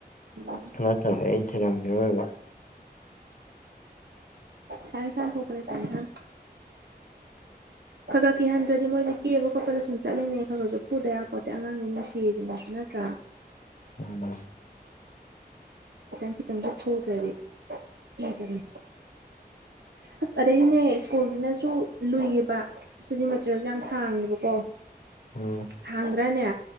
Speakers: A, on the right; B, on the left.
A: ꯎꯝ
B: <unintelligible>
A: ꯁꯥꯡꯉ ꯁꯥꯟ ꯈꯛꯅꯦ ꯁ ꯁꯥꯟ ꯈ ꯈꯛ ꯀꯦꯍꯟꯗ꯭ꯔꯗꯤ ꯃꯣꯏꯁꯦ ꯀꯦꯕ ꯈꯣꯠꯄꯗ ꯁꯨꯝ ꯆꯠꯂꯤꯉꯩ ꯈꯒꯠꯁꯨ ꯐꯨꯗꯕꯕ ꯈꯣꯠꯇꯦ ꯑꯉꯥꯡꯁꯩ ꯅꯨꯡꯁꯤꯁꯤ ꯂꯥꯛꯁꯨ ꯅꯠꯇ꯭ꯔꯥ
B: ꯎꯝ
A: ꯈꯤꯇꯪꯀꯤꯈꯤꯇꯪ ꯊꯣꯠ ꯔꯔꯤ ꯇꯔꯦ ꯑꯁ ꯑꯗꯩꯅꯦ ꯁ꯭ꯀꯨꯜꯁꯤꯅꯁꯨ ꯂꯨꯏꯌꯦꯕ ꯁꯤꯗꯤ ꯃꯇꯦꯦꯔꯤꯌꯦꯜꯁꯦ ꯌꯥꯝ ꯁꯥꯡꯉꯦꯕꯀꯣ
B: ꯎꯝ
A: ꯁꯥꯡꯗ꯭ꯔꯅꯦ